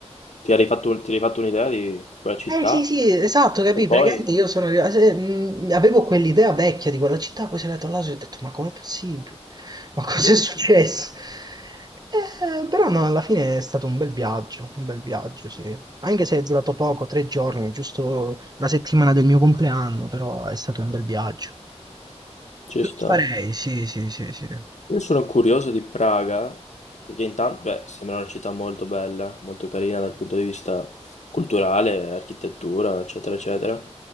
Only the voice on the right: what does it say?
Eh sì, sì, esatto, capì,
praticamente io sono arrivato, se- mh, avevo quell'idea vecchia di quella città, poi sono andato là e ho detto, ma com'è possibile? Ma cos'è
successo?
Eh, però no, alla fine è stato un bel viaggio, un bel viaggio, sì. Anche se è durato poco, tre giorni, giusto la settimana del mio compleanno, però è stato un bel viaggio.
Lo
farei, sì, sì, sì, sì.